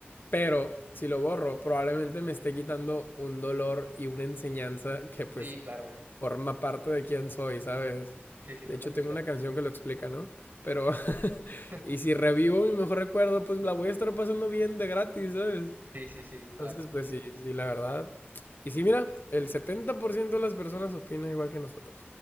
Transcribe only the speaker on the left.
Pero si lo borro, probablemente me esté quitando un dolor y una enseñanza que pues
forma parte de quién soy, ¿sabes?
De
hecho, tengo una canción que lo explica, ¿no? Pero, <laughs>
y si revivo mi mejor recuerdo, pues la voy a estar pasando bien de gratis, ¿sabes?
Entonces,
pues sí, sí, la verdad. Y sí, mira, el 70% de las personas opina igual que nosotros.